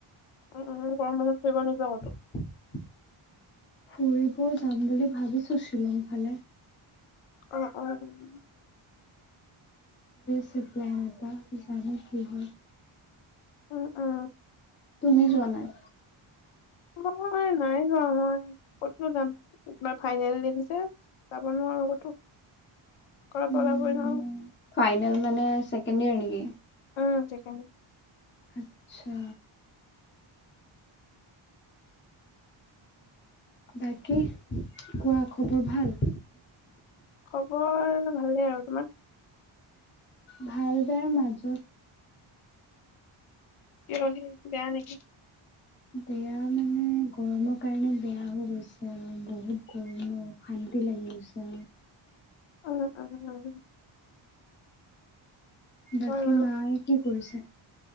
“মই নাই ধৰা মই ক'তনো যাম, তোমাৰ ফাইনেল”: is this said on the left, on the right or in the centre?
Left